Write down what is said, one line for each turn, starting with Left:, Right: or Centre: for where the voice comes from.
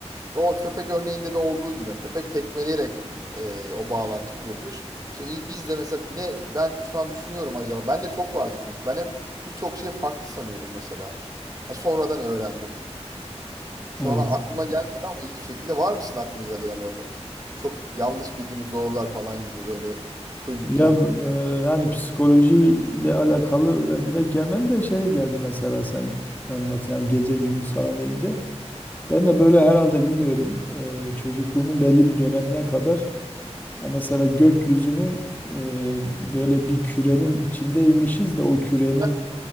Right: İşte o köpek örneğinde de olduğu gibi yani köpek tekmeleyerek e, o bağlantı kurulmuş. İşte i- biz de mesela ne ben şu an düşünüyorum acaba. Ben de çok vardı çünkü ben hep birçok şeyi farklı sanıyordum mesela. Ha, sonradan öğrendim. Şu
Left: evet.
Right: an aklıma gelmedi ama ilginç bir şekilde var mısın aklınıza gelen örnek? Çok yanlış bildiğimiz doğrular falan gibi böyle çocukken.
Left: Ya e, hani psikoloji ile alakalı öyle direkt gelmedi de şeye geldi mesela sen anlat yani gece gündüz falan deyince. Ben de böyle herhalde bilmiyorum e, çocukluğumun belli bir dönemine kadar Ha mesela gökyüzünü e, böyle bir kürenin içindeymişiz de o kürenin
Right: <laughs>